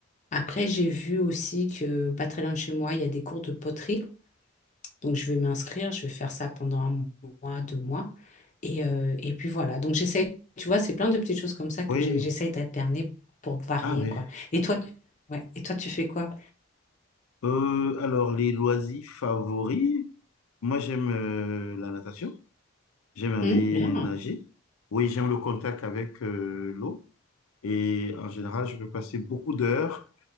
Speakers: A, on the left; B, on the left.
A: après j'ai vu aussi que pas très loin de chez moi, il y a des cours de poterie. Donc, je vais m'inscrire, je vais faire ça pendant un mois, deux mois. Et, euh, et puis voilà. Donc, j'essaie, tu vois, c'est plein de petites choses comme ça que
B: Oui.
A: j'ai- j'essaie d'alterner pour varier,
B: Ah, mais.
A: quoi. Et toi, ouais. Et toi, tu fais quoi?
B: Euh, alors, les loisirs favoris, moi, j'aime euh, la natation. J'aime aller
A: Hmm, bien.
B: nager. Oui, j'aime le contact avec euh, l'eau. Et en général, je peux passer beaucoup d'heures